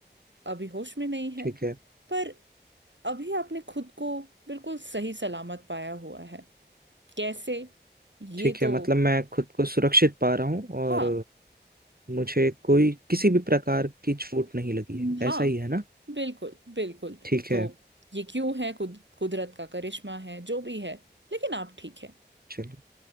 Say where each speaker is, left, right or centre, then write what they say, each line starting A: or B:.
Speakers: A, on the right; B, on the right.
A: अभी होश में नहीं है
B: ठीक है
A: पर अभी आपने खुद को बिल्कुल सही सलामत पाया हुआ है कैसे ये
B: ठीक
A: तो
B: है मतलब मैं खुद को सुरक्षित पा रहा हूँ और
A: हाँ
B: मुझे कोई किसी भी प्रकार की चोट नहीं लगी है
A: हाँ
B: ऐसा ही है ना
A: बिल्कुल बिल्कुल
B: ठीक
A: तो
B: है
A: ये क्यों है कुद, कुदरत का करिश्मा है जो भी है लेकिन आप ठीक है
B: चलो